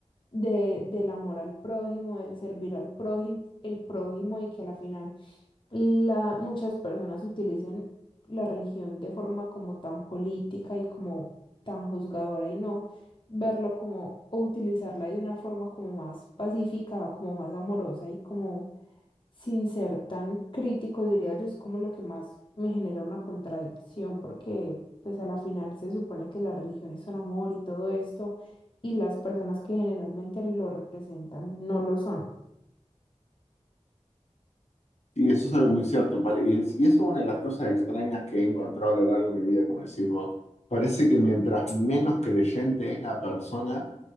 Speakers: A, on the left; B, on the left.
A: de, del amor al prójimo, del servir al prójimo, el prójimo y que a la final la, muchas personas utilizan la religión de forma como tan política y como tan juzgadora y no verlo como o utilizarla de una forma como más pacífica, como más amorosa y como sin ser tan crítico, diría yo, es como lo que más me genera una contradicción porque pues a la final se supone que las religiones son amor y todo esto y las personas que generalmente lo representan no lo son.
B: Y eso es algo muy cierto. pare- Y es- y eso es una de las cosas extrañas que he encontrado a lo largo de mi vida, como decís vos. Parece que mientras menos creyente es la persona,